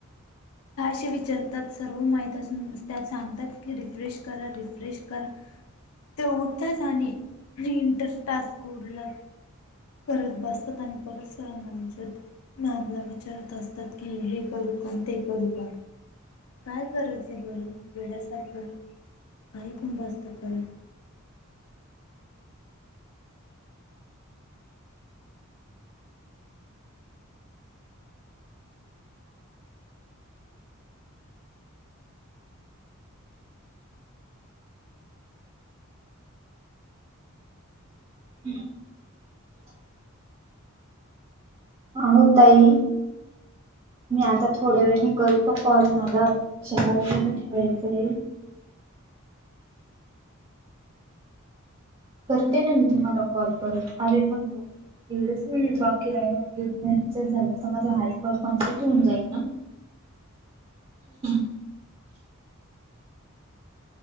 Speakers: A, on the left; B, on the right.
A: का असं विचारतात सर्व माहित असून, त्यात सांगतात की रिफ्रेश करा रिफ्रेश करा. ते उठतात आणि मी इंटस टास्क <unintelligible> परत बसतात आणि परत सरांना विचारतात. मॅमला विचारत असतात की, हे करू का? न ते करू का? काय गरज आहे बरं! वेड्यासारखं काही बसतात करत
B: <inaudible> अहो ताई मी आता थोड्या वेळाने करू का कॉल तुम्हाला? चहा वगैरे ठेवायचा आहे करते ना मी तुम्हाला कॉल करत. अरे पण दीडच मिनिट बाकी राहिला आहे. दीड मिनिटच झालं तर माझा हा एक काॅल कमप्लीट होऊन जाईल ना? <inaudible>